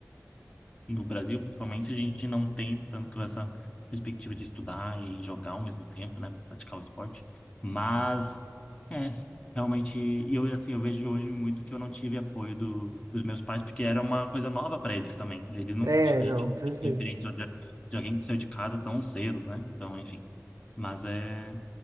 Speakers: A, on the left; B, on the right.
A: no Brasil, principalmente, a gente não tem tanto essa perspectiva de estudar e jogar ao mesmo tempo, né? Praticar o esporte. Mas, é, realmente, e eu, assim, eu vejo hoje muito que eu não tive apoio do, dos meus pais, porque era uma coisa nova para eles também. Eles não,
B: É,
A: ti- a
B: não,
A: gente não
B: com certeza.
A: tinha referência de, de alguém que saiu de casa tão cedo, né? Então, enfim. Mas é.